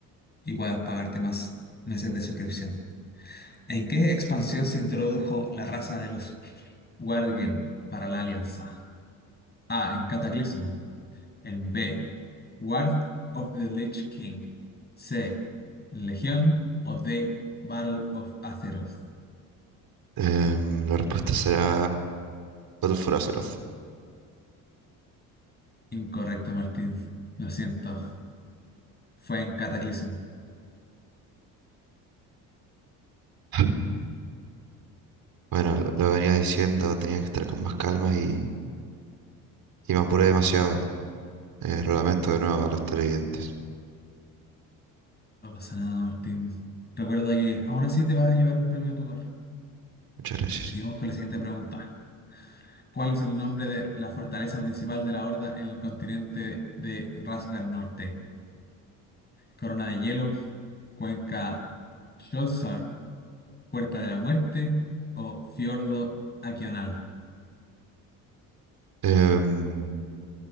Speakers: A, on the left; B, on the right.
A: y puedas pagarte más meses de suscripción. ¿En qué expansión se introdujo la raza de los Worgen para la Alianza? A. En Cataclysm. En B. Wrath of the Lich King. C. Legión. O D. Battle of Azeroth.
B: Em, la respuesta será Battle for Azeroth.
A: Incorrecto, Martín. Lo siento. Fue en Cataclysm.
B: <laughs> Bueno, lo, lo venía diciendo, tenía que estar con más calma y, y me apuré demasiado. Eh, lo lamento de nuevo a los televidentes.
A: No pasa nada, Martín. Recuerda que aún así te vas a llevar un premio a tu cor.
B: Muchas gracias.
A: Seguimos con la siguiente pregunta. ¿Cuál es el nombre de la fortaleza principal de la Horda en el continente de Rasgar Norte? ¿Corona de Hielo, Cuenca Sholzar, Puerta de la Muerte o Fiordo Aquional?
B: Em,